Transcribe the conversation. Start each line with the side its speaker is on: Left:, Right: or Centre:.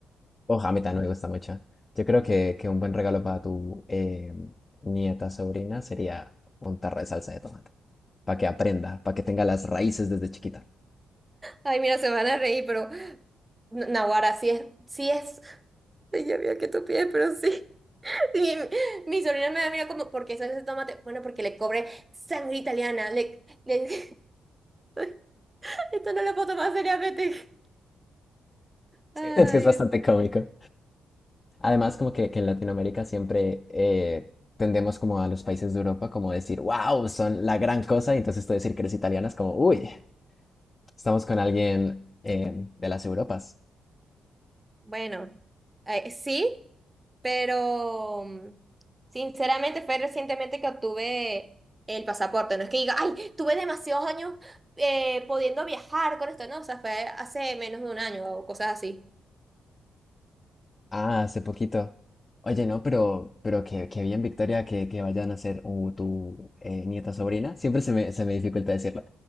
Left: Oh, a mí también me gusta mucho. Yo creo que, que un buen regalo para tu eh, nieta, sobrina, sería un tarro de salsa de tomate. Para que aprenda, para que tenga las raíces desde chiquita. <laughs>
Right: Ay, mira, se van a reír, pero... Naguará, sí es, sí es Ya veo que tú pides, pero sí. <laughs> Mi, mi sobrina me mira como, ¿por qué sale ese tomate? Bueno, porque le cobré sangre italiana. Le, le- <laughs> Esto no lo puedo tomar seriamente. Ay,
Left: Es que es bastante
Right: Dios mío.
Left: cómico. Además, como que, que en Latinoamérica siempre eh, tendemos como a los países de Europa como decir, wow, son la gran cosa. Y entonces tú decir que eres italiana es como, uy, estamos con alguien eh, de las Europas.
Right: Bueno, eh, sí, pero mm, sinceramente fue recientemente que obtuve el pasaporte. No es que diga, ay, tuve demasiados años eh, pudiendo viajar con esto, no, o sea, fue hace menos de un año o cosas así.
Left: Ah, hace poquito. Oye, no, pero, pero que, que bien, Victoria, que, que vayan a ser uh, tu eh, nieta sobrina. Siempre se me, se me dificulta decirlo.